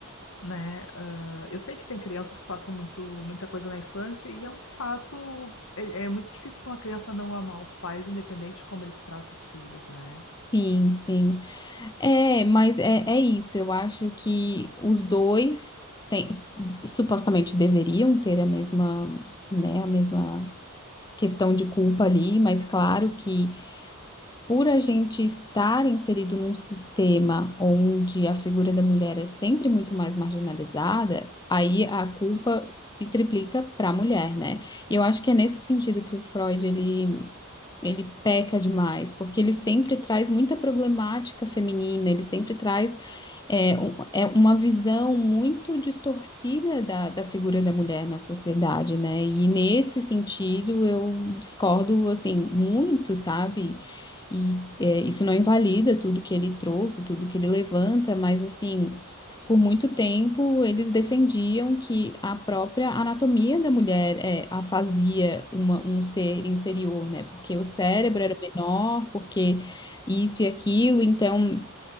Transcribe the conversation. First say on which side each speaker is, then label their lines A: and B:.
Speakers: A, on the left (about 65°); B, on the left (about 20°).
A: né? Ah, eu sei que tem crianças que passam muito muita coisa na infância e é um fato é, é muito difícil para uma criança não amar os pais, independente de como eles tratam os filhos, né?
B: Sim, sim. É, mas é, é isso. Eu acho que os dois têm- supostamente deveriam ter a mesma, né, a mesma questão de culpa ali, mas claro que por a gente estar inserido num sistema onde a figura da mulher é sempre muito mais marginalizada, aí a culpa se triplica para a mulher, né? E eu acho que é nesse sentido que o Freud ele ele peca demais, porque ele sempre traz muita problemática feminina, ele sempre traz é, um- é uma visão muito distorcida da, da figura da mulher na sociedade, né? E nesse sentido eu discordo assim muito, sabe? E é, isso não invalida tudo que ele trouxe, tudo que ele levanta, mas assim. Por muito tempo, eles defendiam que a própria anatomia da mulher é, a fazia uma- um ser inferior, né? Porque o cérebro era menor, porque isso e aquilo. Então,